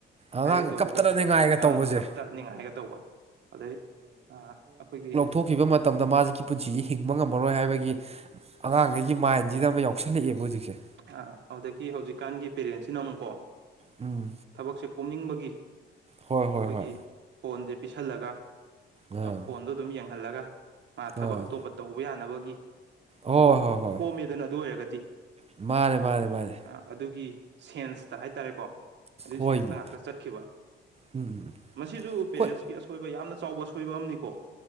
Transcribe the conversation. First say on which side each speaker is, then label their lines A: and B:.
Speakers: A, on the right (about 30°); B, on the right (about 60°).
A: ꯑꯉꯥꯡꯒ
B: ꯍꯥꯢꯒꯦ ꯇꯧꯕꯒ
A: ꯀꯞꯇꯅ ꯅꯤꯡꯉꯥꯏꯒ
B: ꯑ
A: ꯇꯧꯕꯁꯦ
B: ꯀꯞꯇ ꯅꯤꯡꯉꯥꯢꯒ ꯇꯧꯕ ꯑꯗꯩ ꯑ ꯑꯈꯣꯢꯒꯤ
A: ꯊꯣꯛꯈꯤꯕ ꯃꯇꯝꯗ ꯃꯥꯖꯤꯒꯤ ꯄꯨꯟꯖꯤ ꯍꯤꯡꯕ ꯉꯝꯃꯔꯣꯢ ꯍꯥꯢꯕꯒꯤ ꯑꯉꯥꯡꯈꯩꯒꯤ ꯃꯥꯏꯟꯁꯤꯗ ꯑꯃ ꯌꯥꯎꯁꯜꯂꯛꯑꯦꯕ ꯍꯧꯖꯤꯛꯁꯦ
B: ꯑꯥ ꯑꯧꯗꯒꯤ ꯍꯧꯖꯤꯛꯀꯥꯟꯒꯤ ꯄꯦꯔꯦꯟꯁꯤꯅ ꯑꯃꯨꯛꯀꯣ
A: ꯎꯝ
B: ꯊꯕꯛꯁꯦ ꯀꯣꯝꯅꯤꯡꯕꯒꯤ
A: ꯍꯣꯏ ꯍꯣꯏ
B: ꯑꯈꯣꯢꯒꯤ
A: ꯍꯣꯏ
B: ꯐꯣꯟꯖꯦ ꯄꯤꯁꯜꯂꯒ
A: ꯑꯥ
B: ꯑ ꯐꯣꯟꯗꯣ ꯑꯗꯨꯝ ꯌꯦꯡꯍꯜꯂꯒ ꯃꯥ ꯊꯕꯛ
A: ꯑꯥ
B: ꯑꯇꯣꯞꯄ ꯇꯧꯕ ꯌꯥꯅꯕꯒꯤ
A: ꯍꯣꯏ
B: ꯊꯕꯛ
A: ꯍꯣꯏ ꯍꯣꯏ
B: ꯀꯣꯝꯃꯦꯗꯅ ꯑꯗꯨ ꯑꯣꯢꯔꯒꯗꯤ
A: ꯃꯥꯅꯦ ꯃꯥꯅꯦ ꯃꯥꯅꯦ
B: ꯑ ꯑꯗꯨꯒꯤ ꯁꯦꯟꯁꯇ ꯍꯥꯏꯇꯥꯔꯦꯀꯣ ꯑꯗꯨꯒꯤ
A: ꯍꯣꯏ
B: ꯁꯦꯟꯁꯇ
A: ꯃꯤ
B: ꯉꯥꯛꯇ ꯆꯠꯈꯤꯕ
A: ꯎꯝ
B: ꯃꯁꯤꯁꯨ ꯄꯦꯔꯦꯟꯁꯀꯤ
A: ꯍꯣꯏ
B: ꯑꯁꯣꯢꯕ ꯌꯥꯝꯅ ꯆꯥꯎꯕ ꯑꯁꯣꯢꯕ ꯑꯃꯅꯤꯀꯣ